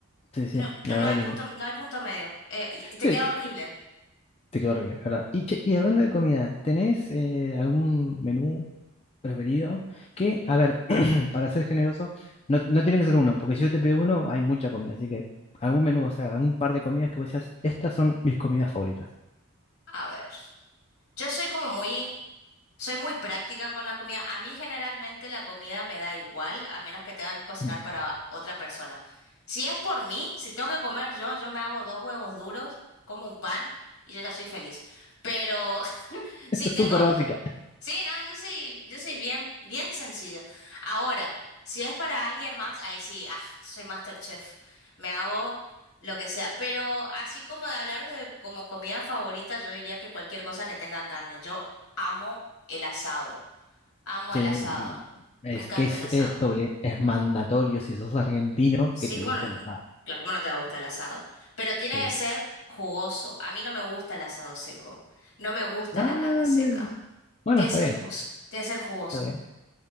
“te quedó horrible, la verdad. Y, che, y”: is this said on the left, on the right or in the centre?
Left